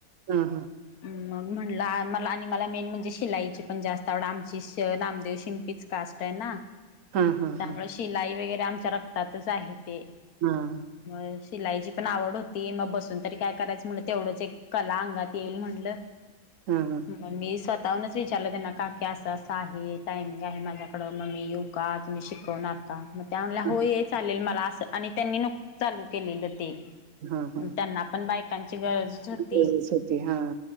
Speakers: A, on the right; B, on the left.
A: हा हा
B: ह म्हणलं मला आणि मला मेन म्हणजे शिलाईची पण जास्त आवड आमची नामदेव शिंपीच कास्ट आहे ना
A: हा हा
B: त्यामुळे
A: हा
B: शिलाई वगैरे आमच्या रक्तातच आहे ते
A: हम
B: मग शिलाईची पण आवड होती मग बसून तरी काय करायचं म्हटलं तेवढंच एक कला अंगात येईल म्हणटलं
A: हा हा
B: म मी स्वतःहूनच विचारलं त्यां ना का की असं असं आहे टाइमिंग आहे माझ्याकडं मम्मी येऊ काात म शिकवणार का मग त्या म्हल्या
A: हा
B: हो चालेल मला असं आणि त्यांनी नक चालू केलेलं ते
A: हा हा
B: त्यांना पण बायकांची गरजच होती
A: गरजच होती हा